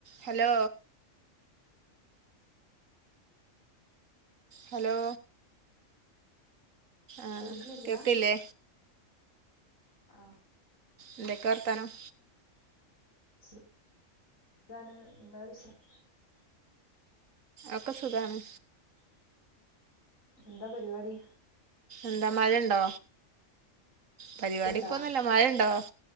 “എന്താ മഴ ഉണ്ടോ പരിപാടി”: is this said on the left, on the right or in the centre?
Right